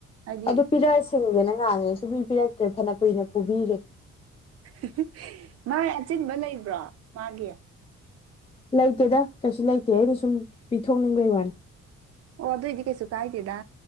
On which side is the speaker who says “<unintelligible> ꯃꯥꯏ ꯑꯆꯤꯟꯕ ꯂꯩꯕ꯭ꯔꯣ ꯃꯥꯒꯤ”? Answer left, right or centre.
Right